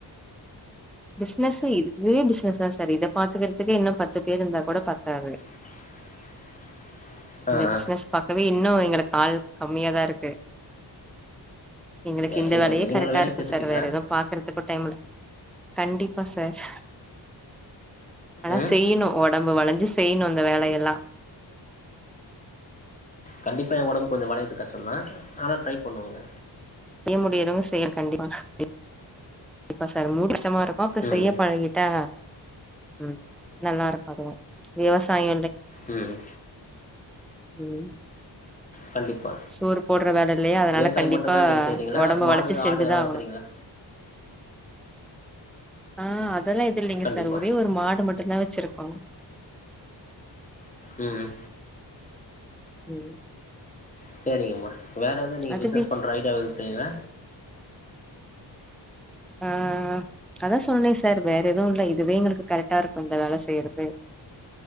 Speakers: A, in the centre; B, on the left (about 20°).
A: பிசினஸ் இதே பிசினஸ் தா சார் இத பாத்துக்கறதுக்கே இன்னு பத்து பேர் இருந்தா கூட பத்தாது
B: <inaudible>
A: இந்த
B: ஆ
A: பிசினஸ் ப கவே இன்னு எங்களுக்கு ஆள் கம்மியா தா இருக்கு எங்களுக்கு
B: எ
A: இந்த
B: எ
A: வேலயே
B: எங்கள
A: கரெக்டா
B: வேலைக்கு
A: இருக்கு
B: சேத்துப்பீங்களா
A: சார் வேற எதவு பாக்குறதுக்கு டைம் கண்டிப்பா சார் ஆனா
B: ம்
A: செய்யணு ஒ டம்பு வளஞ்சு செய்யணு அந்த வேலயெல்லா
B: கண்டிப்பாக ஏ ஒடம்பு கொஞ்ச வளயது கஷ்டந்தா ஆனா ட்ரை பண்ணுவோங்க
A: அத முடியறவங்க செயல் கண்டிப்பா <inaudible> கண்டிப்பா சார் முடி கச்சமா இருக்கு அப்பற
B: ம்
A: செய்ய பழகிட்டா ம் நல்லாருக்கு அதுவு விவசாய
B: ம்
A: ம்
B: கண்டிப்பா
A: சோறு போடுற வேல இல்லையா அதனால
B: விவசாய
A: கண்டிப்பா
B: மட்டுந்தா நீங்க செய்யறீங்களா
A: ஒடம்ப
B: மாடு
A: வளச்சு செஞ்சுதா
B: ஆடு எல்லா வளக்குறீங்களா
A: ஆகணு ஆ அதெல்லா இது இல்லைங்க
B: கண்டிப்பா
A: சார் ஒரே ஒரு மாடு மட் டுதா வச்சிருக்கோ
B: ம்
A: ம்
B: சரிங்கம்மா வேறு எது நீங்க
A: அது
B: பிஸ்னஸ்
A: வீட்
B: பண்ற ஐடியால இருக்கீங்கள
A: அ ஆ அதா சொன்னனே சார் வேற எதுவு இல் இதுவே எங்களுக்கு கரெக்டா இருக்கு இந்த வேலை செய்யறது